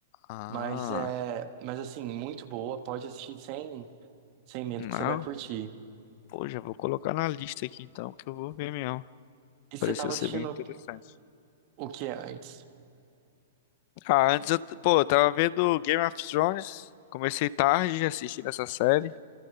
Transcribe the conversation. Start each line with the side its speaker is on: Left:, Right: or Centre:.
Left: Ah,
Right: Mas é. Mas assim, muito boa. Pode assistir sem, sem medo
Left: não.
Right: que você vai curtir.
Left: Pô, já vou colocar na lista aqui então, que eu vou ver mesmo.
Right: E você
Left: Pareceu
Right: tava
Left: ser
Right: assistindo
Left: bem interessante.
Right: o que antes?
Left: Ah, antes eu, t- pô, eu tava vendo Game of Thrones, comecei tarde assistindo essa série,